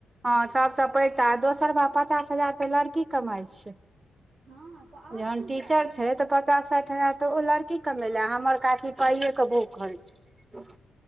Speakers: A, on the right (about 30°); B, on the right (about 80°).
A: हँ सभसँ पैघ ता दोसर भा पचास हजार तऽ लड़की कमाई छै
B: हँ तऽ आब
A: जहन
B: की
A: टीचर
B: चाही अहाँके
A: छै तऽ पचास साठि हजार। तऽ ओ लड़की कऽ मेले हमर काथी पाइए के भुख ख छै